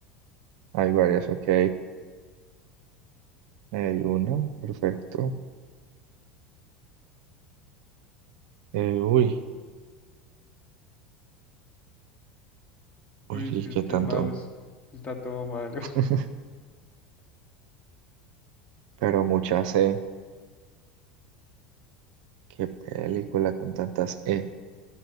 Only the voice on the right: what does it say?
Hay varias, ok. Hay una, perfecto. Eh, uy, uy,
¿y
qué
tanto?
<laughs> Pero muchas E. Qué película con tantas E.